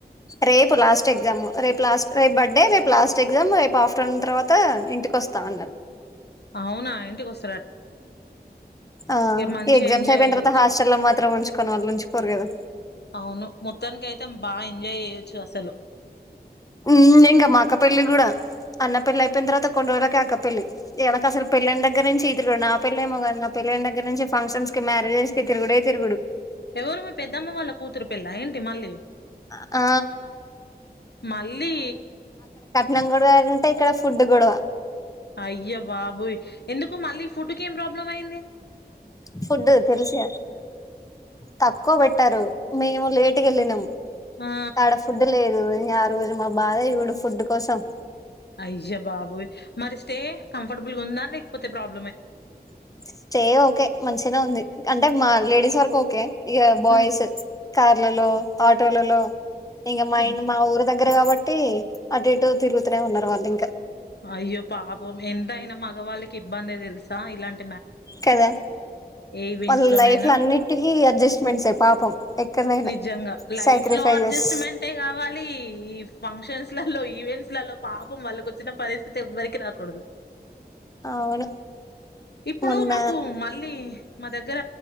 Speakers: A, on the left; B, on the left.
A: రేపు లాస్ట్ ఎగ్జామ్ రేపు లాస్ట్ రేపు బర్డే రేపు లాస్ట్ ట్ ఎగ్జామ్ రేపు ఆఫ్టర్నూన్ తర్వాత ఇంటికి వస్తా అన్నాను
B: అవునా ఇంటికి వస్తా
A: ఆ
B: మంచిగా
A: ఈ ఎగ్జామ్స్
B: ఎంజాయ్
A: అయిపోయిన
B: చేయొచ్చు
A: తర్వాత హాస్టల్ లో మాత్రం ఉంచుకొని వాళ్ళు ఉంచుకోరు కదా
B: అవును మొత్తానికి అయితే బాగా ఎంజాయ్ చేయొచ్చు అసలు
A: ఉ ఇంగా మా అక్క పెళ్ళి కూడా అన్న పెళ్లి అయితం తర్వాత కొన్ని రోజులకే అక్క పెళ్లి వెనుక అసలు పెళ్లి యిన దగ్గర నుంచి ఈ తిగుడు నా పెళ్ళ ఏమో కాదు నా పెళ్లిళ దగ్గర నుంచింక్షన్ కి మ్యేజెస్ కి తిగుడే తిగుడు
B: ఎవరు మీ పెద్దమ్మ వాళ్ళ కూతురు పెళ్ళ అ ఏంటి మళ్ళీ
A: ఆ
B: మళ్ళీ
A: న కూడా కాగాంటే ఇక్కడ ఫుడ్ కూడా
B: అయ్య బాబోయి్ ఎందుకు మళ్లి ఫుడ్ కీ ఏం ప్రాబ్లం అయ్యంది
A: ఫుడ్ తెలిసి తక్కువ పెట్టారు మీ ఇవ ల లేట్ గ వెళ్లి నాంమ్
B: ఆ
A: తడ ఫుడ్ లేదు ఇక ఆ రోజు మా బాధ ఇప్పుడు ఫుడ్ కోసం
B: అయ్యా బాబోయ్ మరి స్టే కంఫర్టబుల్ గా ఉందా లేకపోతే ప్రాబ్లమ్
A: స్టే ఓకే మంచినే ఉంది అంటే మా లేడీస్ వరకు ఓకే ఇగా బాయ్స్
B: ఆ
A: క లలో ఆటోలలో ఇంగ మా
B: ఇబ్
A: ఇట్ మా ఊరు దగ్ దగ్గర కాబట్టి అటు ఇటు తిరుగుతూనే ఉన్నారు వాళ్ళు ఇంకా
B: అయ్యో పాపం ఎంతయినా మగవాళ్ళకి ఇబ్బంది తెలుసా ఇలాన్
A: కదా
B: ఈవెంట్స్
A: వాళ్ళ
B: లోనైనా
A: లైఫ్ లో అన్నిటికి అడ్జస్ట్మెంట్ స్ పాపం ఎక్కడనైనా
B: నిజంగా లైఫ్
A: సాక్రిఫైజెస్
B: లో అడ్జస్ట్మెంటే కావాలి ఈ ఫంక్షన్స్ ల లో ఈవెంట్స్ లలో పాపం వాళ్ళకి వచ్చిన పరిస్థితి ఎవ్వరికి రాకూడదు
A: అవును
B: ఇప్పుడు
A: మొన్న
B: మాకు మళ్ళీ మా దగ్గర